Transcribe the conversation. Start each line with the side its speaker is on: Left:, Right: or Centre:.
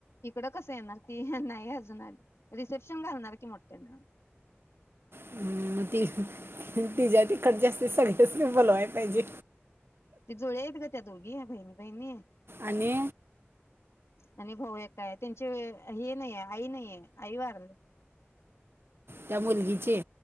Left: इकड कसं येणार ती, नाई अजून आली. रिसेप्शन घालणार की मोठ्यानं
Right: हम ती ह तिच्या तिकड जास्त सगळ्यास्नी बोलव पाहिजे
Left: ते जुळे आहेत त ग त्या दोघी बहिणी बहिणी.
Right: आणि
Left: आणि भाऊ एकय त्यांचे हे नाहीये आई नाहीय आई वारले.
Right: त्या मुलगीचे